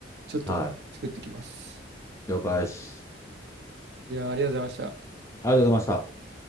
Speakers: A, on the right (about 55°); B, on the left (about 15°).
A: ちょっとパスタ作ってきます。
B: はい。了解です。
A: いやー、ありがとうございました。
B: ありがとうございました。